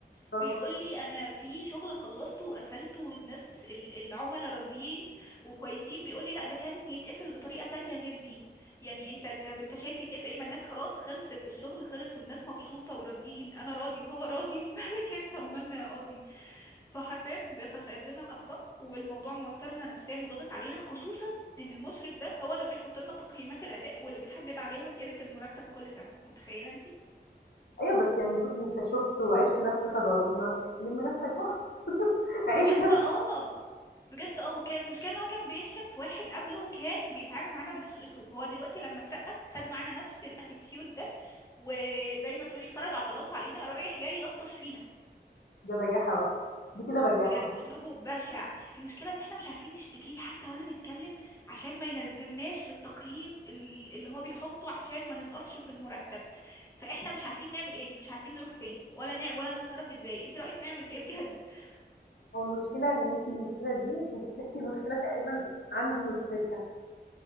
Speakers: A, on the left; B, on the left.
A: آه.
B: بيقول لي انا في شغل خلصته وقفلته والناس ال- العملاء راضيين وكويسين بيقول لي لا ده كان يتقفل بطريقة تانية غير دي يعني انت طب انت شايف يتقفل ايه ما الناس خلاص خلصت والشغل خلص والناس مبسوطة وراضيين انا راضي وهو راضي <laughs> مالك انت ومالنا يا قاضي فحرفيا بيتصيد لنا الاخطاء والموضوع موترنا نفسيا وضاغط علينا خصوصا ان المشرف ده هو اللي بيحط لنا تقييمات الاداء واللي بتحدد عليها زيادة المرتب كل سنة متخيلة انت
A: أيوه، بس يعني المفروض أنت شُفت وعِشت نفس تجاربنا، لِم نفسك بقى، <laughs>
B: بجد
A: عيش نفسك،
B: اه بجد اه وكان المشكله ان هو كان بيشتم في واحد قبله كان بيتعامل معانا بنفس الاسلوب هو دلوقتي لما اترقى خد معانا نفس الاتيتيود ده وزي ما تقولي فرد عضلاته علينا رايح جاي يلطش فينا
A: ده بجاحة بقى، دي كده بجاحة.
B: بجد اسلوبه بشع المشكله ان احنا مش عارفين نشتكيه حتى ولا نتكلم عشان ما ينزلناش في التقييم ال- اللي هو بيحطه عشان ما ننقصش في المرتب فاحنا مش عارفين نعمل ايه مش عارفين نروح فين ولا نع... ولا نتصرف ازاي انت رايك نعمل ايه بجد <laughs>
A: هو المشكلة إن أنتِ المشكلة دي أنتِ بتحكي مشكلة تقريبًا عندي نسختها،